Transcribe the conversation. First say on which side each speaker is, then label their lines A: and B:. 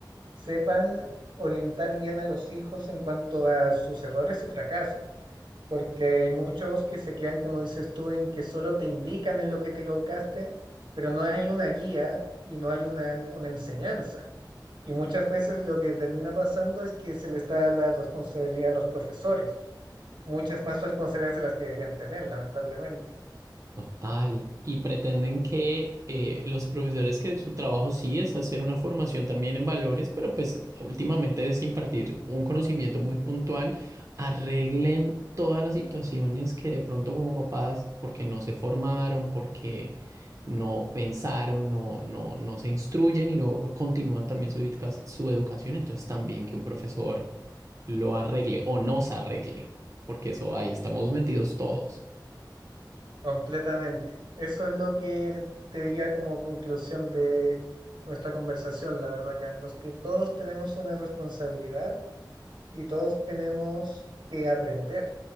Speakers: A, on the right; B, on the right.
A: sepan orientar bien a los hijos en cuanto a sus errores y fracasos. porque hay muchos que se quedan, como dices tú, en que solo te indican en lo que te equivocaste, pero no hay una guía y no hay una, una enseñanza. Y muchas veces lo que termina pasando es que se les da la responsabilidad a los profesores, muchas más responsabilidades de las que deberían tener, lamentablemente,
B: Total. Y pretenden que eh, los profesores que su trabajo sí es hacer una formación también en valores, pero pues últimamente es impartir un conocimiento muy puntual, arreglen todas las situaciones que de pronto como papás, porque no se formaron, porque no pensaron, no, no, no se instruyen y no continúan también su educa- su educación, entonces también que un profesor lo arregle o nos arregle, porque eso ahí estamos metidos todos
A: completamente. Eso es lo que te diría como conclusión de nuestra conversación, la verdad, Carlos, que todos tenemos una responsabilidad y todos tenemos que aprender.